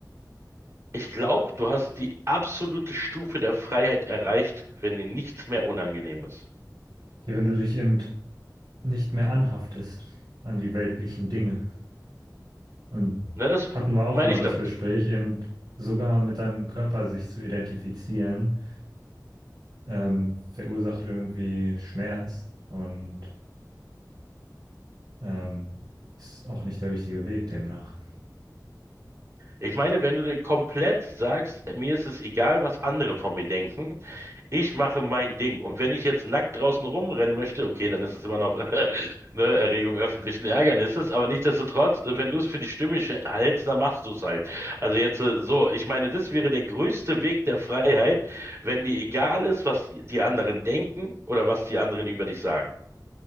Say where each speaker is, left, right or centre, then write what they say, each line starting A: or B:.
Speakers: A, on the right; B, on the right.
A: ich glaube, du hast die absolute Stufe der Freiheit erreicht, wenn dir nichts mehr unangenehm ist.
B: Ja, wenn du dich eben nicht mehr anhaftest an die weltlichen Dinge. Und
A: Na, das
B: hatten wir auch
A: meine
B: mal
A: ich
B: das
A: damit.
B: Gespräch, eben sogar mit deinem Körper sich zu identifizieren, ähm, verursacht irgendwie Schmerz und ähm, ist auch nicht der richtige Weg demnach.
A: Ich meine, wenn du dir komplett sagst, mir ist es egal, was andere von mir denken, ich mache mein Ding. Und wenn ich jetzt nackt draußen rumrennen möchte, okay, dann ist es immer noch <laughs> ne, Erregung öffentlichen Ärgernisses, aber nichtsdestotrotz, wenn du es für die Stimme sch- hältst, dann machst du es halt. Also jetzt äh, so, ich meine, das wäre der größte Weg der Freiheit, wenn dir egal ist, was die anderen denken oder was die anderen über dich sagen.